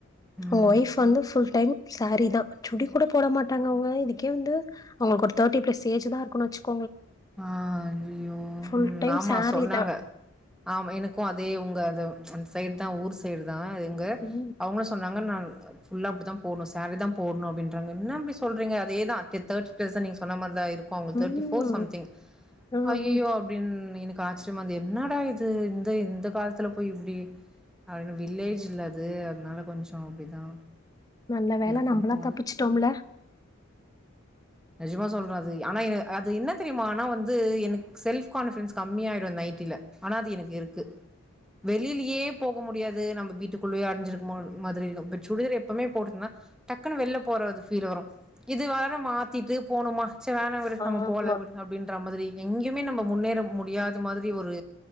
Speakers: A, in the centre; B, on the left.
A: ம்
B: ஓ ஒய்ஃப் வந்து ஃபுள் டைம் சாரி தா சுடி கூட போட மாட்டாங்க அவுங்க இதுகே வந்து அவுங்க கோத்தவாடி <unintelligible>
A: ஆஆ ஐஐயோ
B: ஃபுல்
A: ம்
B: டைம்
A: ஆமா
B: சாரி
A: சொன்னாங்க
B: தான்.
A: ஆம எனக்கு அதே உங்க அது அன் சைட் தா ஊர் சயிரு தா எங்க
B: ம்.
A: அவங்களு சொல்றாங்க நான் ஃபுல்லா அப்டிதா போணு சாரி தா போட்ணு அப்டின்றாங்க என்ன அப்டி சொல்றீங்க அதேதா <unintelligible> நீங்க சொன்ன மாரி தா ஆயிருது அவங்க தேர்ட்டி
B: ம்.
A: போர்ஸ் சம்திங்
B: ம்.
A: ஐயயோ அப்டின்னு எனக் கு ஆச்ரிமா இருந்து என்னடா இது இந்த இந்த காலத்துல போய் இப்டி அட வில்லேஜ்ல அது அதனால கொஞ்ச அப்டிதா
B: நல்ல வேல
A: இருக்கும்
B: நம்பலா
A: போல
B: தப்பிச்சிட்டோம்ல
A: நெஜமா சொல்றே அது ஆனா அது என்னா த்ரியமா ஆனா வந்து எனக்கு செல்ஃப் கான்பிடன்ஸ் கம்மியாயிடு நைட்டில ஆனா அது எனக்கு இருக்கு வெளிலியே போக முடியாது நம்ப வீட்டுக்குள்ளே அடஞ்சிருக்மார் மாதிரி நாம சுடிதர் எப்பமே போட்டிந்தா டக்குன்னு வெளியில போறது ஃபீல் வரும் இது வர மாத்திட்டு போணுமா சர் வேணா விடு
B: ஆமா.
A: நாம போல வி ன்ற மாதிரி எங்கேயுமே நம்ம முன்னேற முடியாத மாதிரி ஒரு